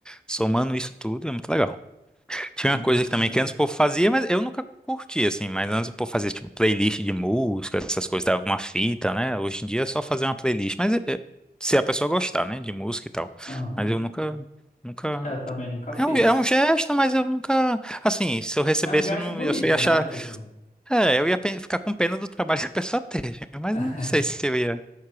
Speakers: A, in the centre; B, on the left.
A: somando isso tudo é muito legal. Tinha
B: Sim,
A: uma coisa
B: com certeza.
A: que também que antes o povo fazia, mas eu nunca curti, assim. Mas antes o povo fazia, tipo, playlist de música, essas coisas, dava uma fita, né? Hoje em dia é só fazer uma playlist. Mas é, é, se a pessoa gostar, né, de música e tal.
B: Aham.
A: Mas eu nunca, nunca...
B: Eu também nunca fiz.
A: É um, é um gesto, mas eu nunca... Assim, se eu recebesse,
B: É um gesto
A: eu, não,
B: bonito,
A: eu só ia achar...
B: né? Tipo.
A: É, eu ia pe- ficar com pena do trabalho <laughs> que a pessoa teve. Mas
B: <laughs>
A: não sei se eu ia...